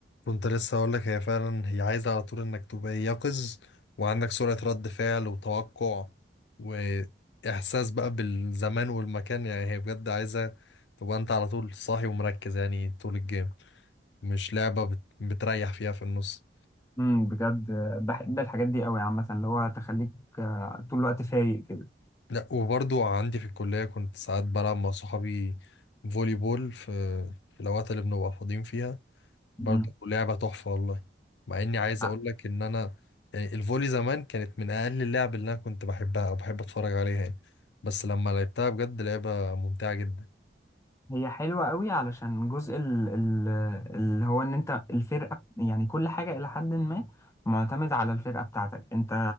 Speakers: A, on the left; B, on the left.
A: كنت لسه هقول لك هي فعلا هي عايزة على طول انك تبقى يقظ وعندك سرعة رد فعل وتوقع وإحساس بقى بالزمان والمكان يعني هي بجد عايزة تبقى انت على طول صاحي ومركز يعني طول الجيم مش لعبة بت- بتريح فيها في النص
B: امم بجد آه، بحب الحاجات دي قوي عامه اللي هو تخليك آه، طول الوقت فايق كده
A: لا وبرضو عندي في الكلية كنت ساعات بلعب مع صحابي فولي بول في في الأوقات اللي بنبقى فاضيين فيها برضو
B: امم
A: لعبة تحفة والله مع إني عايز
B: ع-
A: أقول لك إن أنا يعني الفولي زمان كانت من أقل اللعب اللي أنا كنت بحبها أو بحب أتفرج عليها يعني بس لما لعبتها بجد لعبة ممتعة جدا
B: هي حلوه قوي علشان جزء ال- ال- اللي هو ان انت الفرقه يعني كل حاجه الى حد ما معتمد على الفرقه بتاعتك انت